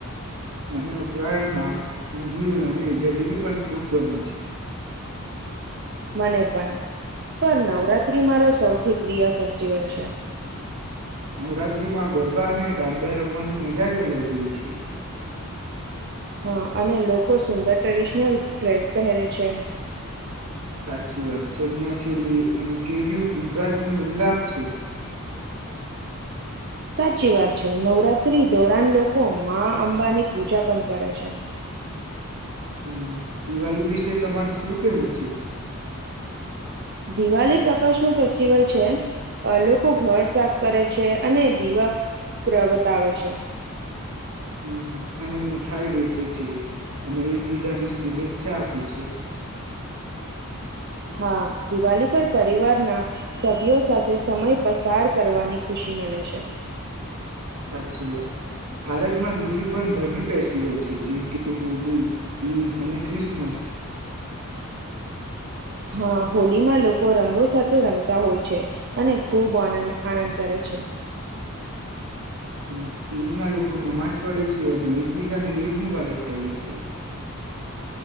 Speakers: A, on the right; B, on the right.
A: મને ઉત્તરાયણના ઊંધિયુ અને જલેબી પણ ખૂબ ગમે છે.
B: મને પણ પણ નવરાત્રી મારો સૌથી પ્રિય ફેસ્ટિવલ છે.
A: નવરાત્રીમાં ગરબા અને દાંડિયા રમવાની મજા જ અલગ હોય છે.
B: હા અને લોકો સુંદર ટ્રેડિશનલ ડ્રેસ પહેરે છે.
A: સાચી વાત ચનિયા ચોલી અને કેડિયુ ગુજરાતની ઉલ્લાખ છે.
B: સાચી વાત છે. નવરાત્રી ધોરાણ લોકો માં અંબાની પૂજા પણ કરે છે.
A: હમમ. દિવાળી વિશે તમારે શું કેવું છે?
B: દિવાળી પ્રકાશ નું ફેસ્ટિવલ છે અ લોકો ઘર સાફ કરે છે અને દીવા પ્રગટાવે છે.
A: હમમ અને મીઠાઈ વેચે છે અને એકબીજાને શુભેચ્છા આપે છે.
B: હા દિવાળી પર પરિવારના સભ્યો સાથે સમય પસાર કરવાની ખુશી મલે છે.
A: સાચી વાત. ભારતમાં બીજી પણ ઘણી ફેસ્ટિવલ છે જેમ કે હોલી, ઈદ અને ક્રિસમસ.
B: હા હોલીમાં લોકો રંગો સાથે રમતા હોય છે અને ખૂબ આનંદ આનંદ કરે છે.
A: હમમ ઈદમાં લોકો નમાજ પડે છે અને એકબીજાને ઈદ મુબારક કહે છે.